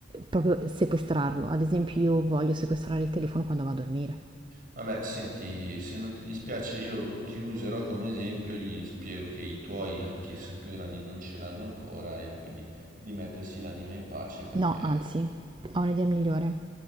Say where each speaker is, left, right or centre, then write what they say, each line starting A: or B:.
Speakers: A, on the right; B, on the right.
A: proprio sequestrarlo. Ad esempio, io voglio sequestrare il telefono quando vado a dormire.
B: Vabbè, senti, se non ti dispiace io ti userò come esempio, gli spiego che i tuoi, anche se sono più grandi, non ce l'hanno ancora e quindi di mettersi l'anima in pace perché,
A: No, anzi, ho un'idea migliore.